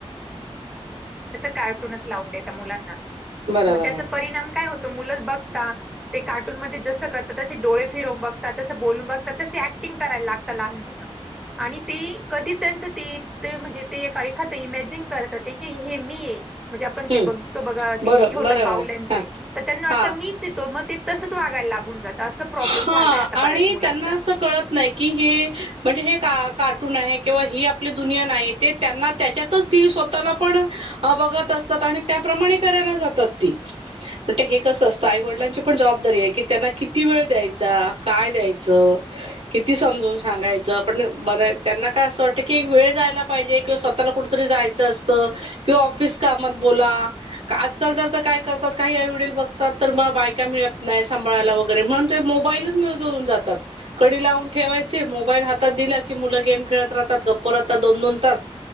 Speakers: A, in the centre; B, on the right (about 75°).
A: कार्टूनच लाून द मुलांना
B: बरोबर
A: मग त्या
B: आहे
A: परिणाम काय हो. त मुलं बघता ते कार्टून मध्ये जस करतात तसे डोळे फिरवून बघता तस बोलून बघता. तस ऍक्टिंग करायला लागत लहान मुलं आणि ते कधी त्यांच ते ते म्हणजे ते ए एखाद इमॅजिन करतात ते की हे मी आहे. म्हणजे आपण
B: हम्म
A: ते बघतो बघा
B: बरो
A: ती छोट्या
B: बरोबर
A: बाऊल्यांचे
B: आहे हा
A: तर त्यांना वाटत
B: हा.
A: मीच येतो मग ते तसच वागायला लागून जातं. असं प्रॉब्लेम
B: हा
A: झालाय आता
B: आणि
A: बऱ्याच मुलांचा
B: त्यांना असं कळत नाही की हे म्हणजे हे का? कार्ट आहे किंवा ह आपली दुनिया नाही ते त्यां त्याच्यातच त स्वतःला पण बघ. जातात आणि त्या प्रमाणे करायला जातात ती पण हे कसं असतं आई वडलांची पण जबाबदारी आहे त्यांना किती किती वेळ द्यायचा काय द्यायचं किती समजून सांगायचं पण बर त्यांना का अस वाटत कि वेळ जायला पाहिजे किंवा स्वतःला कुठेतरी जायचं असतं किंवा ऑफिस कामात बोला. तर आजकाल तर काय करतात काही आई वडील बघतात तर मग बायका मिळत नाही सांभाळायला वगैर. म्हणुन तर म्हणते मोबाईल मिळून जातात कडी लाऊन ठेवायची मोबाईल हातात दिला की मुल गेम खेळत राहतात, गप्प राहतात दोन दोन तास